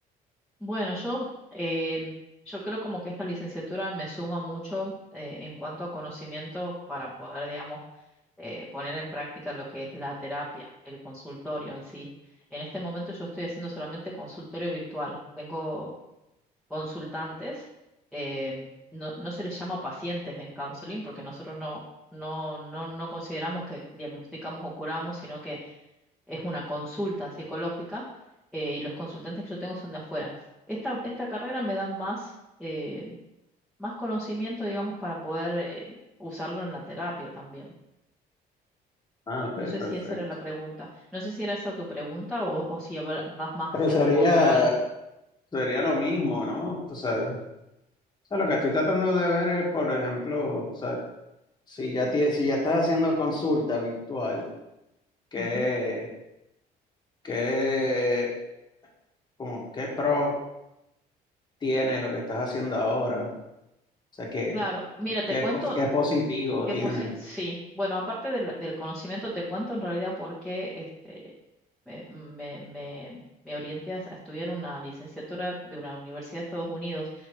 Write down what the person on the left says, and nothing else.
Ah, ok,
perfecto.
Pero sería,
Sería lo mismo, ¿no? O sea, o sea, lo que estoy tratando de ver es, por ejemplo, o sea, si ya, tie- si ya estás haciendo consulta virtual, ¿qué,
qué, como, qué pros tiene lo que estás haciendo ahora? O sea, ¿qué,
qué,
cos- qué positivo
tiene?